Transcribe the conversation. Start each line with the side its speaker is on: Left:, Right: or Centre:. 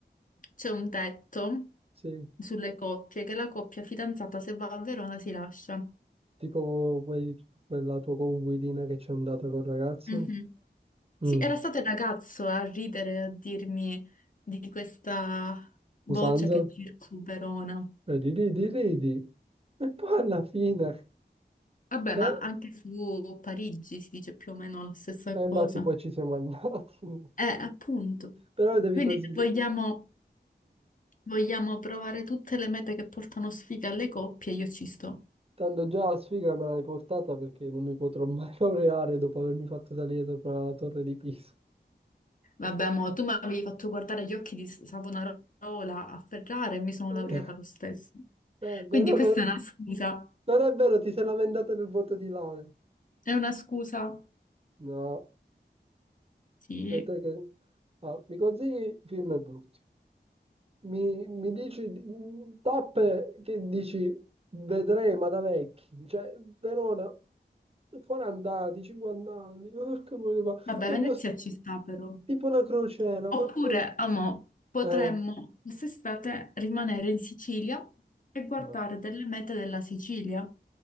Left: c'è un tetto
Right: Sì,
Left: sulle coppie, che la coppia fidanzata se va a Verona si lascia.
Right: tipo quei- quella tua conguidina che c'è andata col ragazzo.
Left: Mhm. Sì,
Right: Mm,
Left: era stato il ragazzo a ridere, a dirmi di questa voce
Right: Usanza?
Left: che gira su Verona.
Right: Ridi, ridi, ridi. E poi alla fine...
Left: Vabbè,
Right: eh,
Left: ma anche su Parigi si dice più o meno la stessa
Right: E infatti
Left: cosa.
Right: poi ci siamo andati. <laughs>
Left: Eh, appunto.
Right: Però devi
Left: Quindi
Right: considerare...
Left: vogliamo, vogliamo provare tutte le mete che portano sfiga alle coppie, io ci sto.
Right: Tanto già la sfiga me l'hai portata perché non mi potrò mai <laughs> laureare dopo avermi fatto salire sopra la torre di Pisa.
Left: Vabbè, mo, tu mi avevi fatto guardare gli occhi di Savonarola a Ferrara e mi sono
Right: <laughs>
Left: laureata lo stesso.
Right: Eh,
Left: Quindi
Right: però
Left: questa
Right: non...
Left: è una scusa.
Right: non è vero, ti sei lamentata del voto di laurea.
Left: È una scusa.
Right: No,
Left: Sì.
Right: e te che... Ah, mi consigli film brutti. Mi, mi dici mm, tappe che dici vedrei ma da vecchi. Cioè, Verona, 40 anni, 50 anni, porca miseria, ma...
Left: Vabbè,
Right: Ma
Left: Venezia
Right: boh,
Left: ci sta però.
Right: tipo una crociera,
Left: Oppure,
Right: qualcosa.
Left: amo, potremmo
Right: Eh.
Left: quest'estate rimanere in Sicilia e guardare
Right: No, no.
Left: delle mete della Sicilia,